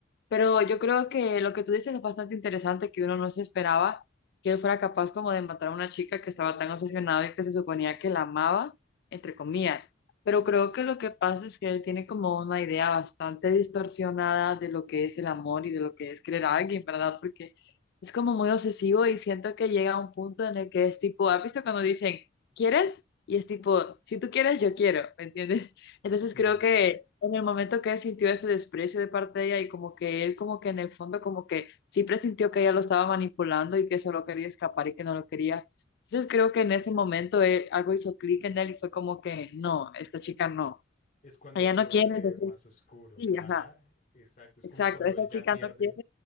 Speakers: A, on the left; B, on the left.
A: Pero yo creo que lo que tú dices es bastante interesante, que uno no se esperaba que él fuera capaz como de matar a una chica que estaba tan obsesionada y que se suponía que la amaba, entre comillas. Pero creo que lo que pasa es que él tiene como una idea bastante distorsionada de lo que es el amor y de lo que es querer a alguien, ¿verdad? Porque es como muy obsesivo y siento que llega a un punto en el que es tipo, ¿has visto cuando dicen, ¿quieres? Y es tipo, si tú quieres, yo quiero, ¿me entiendes? <laughs>
B: Sí,
A: Entonces creo que en el momento que él sintió ese desprecio de parte de ella y como que él como que en el fondo como que sí presintió que ella lo estaba manipulando y que solo quería escapar y que no lo quería. Entonces creo que en ese momento él- algo hizo clic en él y fue como que no, esta chica no,
B: es cuando
A: ella
B: él se
A: no
B: vuelve
A: quiere, entonces
B: más oscuro.
A: sí,
B: Ajá,
A: ajá,
B: exacto. Es
A: exacto,
B: como cuando
A: esta
B: él ya
A: chica
B: pierde
A: no quiere,